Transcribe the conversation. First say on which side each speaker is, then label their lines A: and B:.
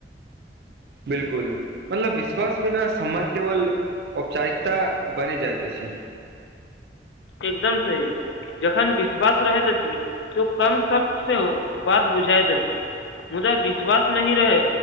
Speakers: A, on the right; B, on the left.
A: बिल्कुल मतलब विश्वास बिना सम्बन्ध केवल औपचारिकता बनि जाइत अछि
B: एकदम सही जखन विश्वास रहैत अछि तो कम सब सेहो बात बुझाइत अछि मुदा विश्वास नहि रहै